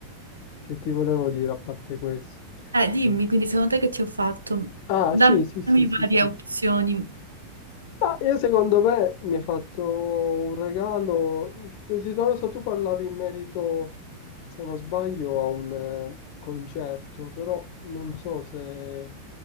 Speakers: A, on the left; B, on the right.
A: che ti volevo dire a parte questo.
B: Eh, dimmi,
A: Eh,
B: quindi secondo te che ti ho fatto?
A: Ah
B: Dammi
A: sì, sì, sì, sì,
B: varie
A: sì.
B: opzioni.
A: Ma io secondo me mi hai fatto un regalo. Desiderato, tu parlavi in merito, se non sbaglio, a un eh, concerto, però non so se,